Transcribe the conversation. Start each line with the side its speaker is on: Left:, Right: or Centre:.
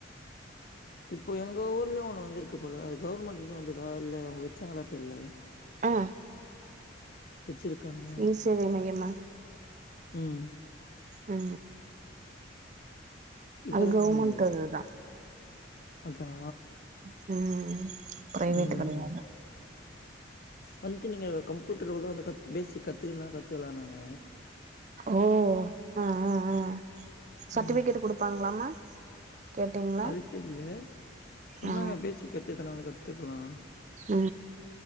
Left: இப்ப எங்க ஊர்லயு ஒன்னு வந்துருக்கு போல அது கவர்மெண்ட்ல இருந்து வந்ததா இல்ல அவங்க வச்சாங்களா தெர்ல
Right: ஆ
Left: வச்சிருக்காங்க
Right: இ சேவை மையம்மா
Left: ம்
Right: ஆ
Left: இப்ப
Right: அது
Left: தான்
Right: கவர்மெண்ட்
Left: வந்தது.
Right: அதுதா
Left: அதா
Right: ம் பிரைவேட்
Left: ம்
Right: கெடையாது
Left: வந்து நீங்க கம்ப்யூட்டர்ல உள்ள அந்த கத் பேசிக் கத்துக்குனா கத்துக்கலானாங்க
Right: ஓ ஆ ஆ ஆ சர்டிபிகேட்
Left: ம்.
Right: குடுப்பாங்களாமா கேட்டீங்ளா
Left: அது தெர்ல சொன்னாங்க
Right: ஆ
Left: பேசிக் கத்துதனா வந்து கத்துக்கலா
Right: ஆ